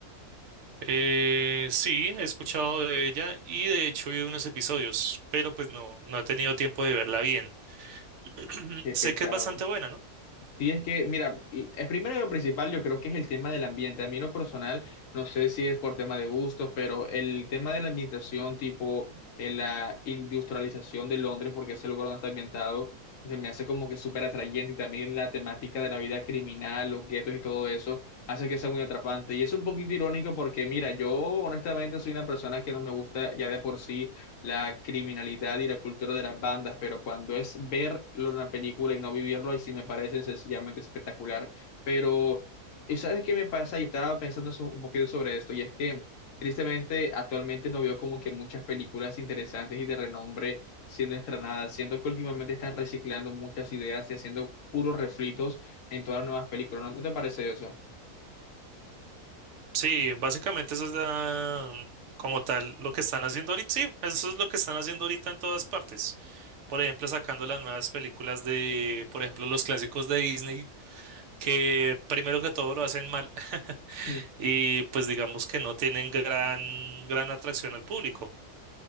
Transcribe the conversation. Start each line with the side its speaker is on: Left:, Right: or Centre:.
Right: Eh, sí, he escuchado de ella y de hecho vi unos episodios, pero pues no, no he tenido tiempo de verla bien. <clears throat>
Left: Qué
Right: Sé
Left: pecado.
Right: que es bastante buena, ¿no?
Left: Sí, es que, mira, y- el primero y lo principal yo creo que es el tema del ambiente. A mí en lo personal, no sé si es por tema de gustos, pero el tema de la ambientación, tipo eh, la industrialización de Londres, porque ese lugar donde está ambientado, se me hace como que súper atrayente y también la temática de la vida criminal, los guetos y todo eso, hace que sea muy atrapante. Y es un poquito irónico porque, mira, yo honestamente soy una persona que no me gusta ya de por sí la criminalidad y la cultura de las bandas, pero cuando es verlo en una película y no vivirlo, ahí sí me parece sencillamente espectacular. Pero, ¿y ¿sabes qué me pasa? Y estaba pensando so- un poquito sobre esto, y es que tristemente actualmente no veo como que muchas películas interesantes y de renombre siendo estrenadas, siendo que últimamente están reciclando muchas ideas y haciendo puros refritos en todas las nuevas películas. ¿No, no te parece eso?
Right: Sí, básicamente eso es la, mm, como tal lo que están haciendo ahorita. Sí, eso es lo que están haciendo ahorita en todas partes. Por ejemplo, sacando las nuevas películas de, por ejemplo, los clásicos de Disney, que primero que todo lo hacen mal <laughs>
Left: Mm,
Right: y pues digamos que no tienen gran, gran atracción al público.